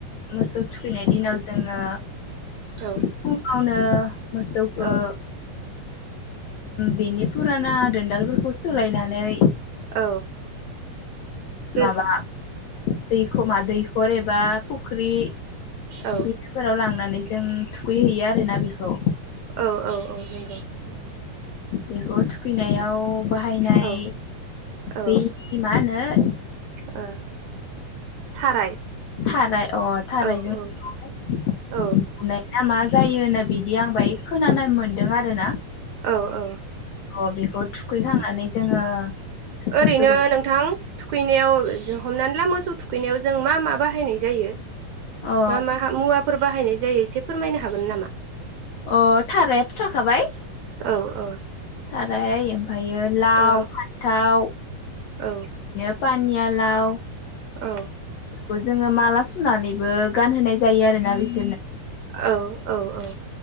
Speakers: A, on the left; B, on the right.
A: मोसौ। थुखैनाय दिनाव जोङो।
B: औ
A: फुङावनो मोसौखौ।
B: औ
A: बेनि फुराना दोनदालफोरखौ सोलायनानै <inaudible>
B: औ गो
A: <inaudible> दैखर एबा बाख्रि।
B: औ
A: बेफोराव लांनानै जों थुखैहैयो आरोना बेखौ
B: औ औ औ नंगौ। <inaudible>
A: बेखौ थुखैनायाव बाहायनाय
B: औ औ
A: बै मा होनो।
B: ओ। थाराय।
A: थाराय अ थारायजों
B: औ औ
A: <unintelligible>
B: औ
A: बुनाय। या मा जायो होनना बिदि आं बाय खोनानो मोनदों आरो ना।
B: औ औ
A: अ बेखौ थुखैखांनानै जोङो
B: ओरैनो
A: मोसौखौ
B: नोंथां थुखैनायाव। जों हमनानै ला मोसौ थुखैनायाव जों मा मा बाहायनाय जायो।
A: अ
B: मा माहा मुवा फोर बाहायनाय जायो एसे फोरमायनो हागोन नामा?
A: अ थारायाथ' थाखाबाय।
B: औ औ
A: थाराय आरो। ओमफ्रायो लाव
B: औ
A: फान्थाव
B: औ
A: नोप पानिया लाउ
B: औ।
A: बो जोङो माला सुनानैबो गानहोनाय जायो आरोना बिसो
B: औ औ औ।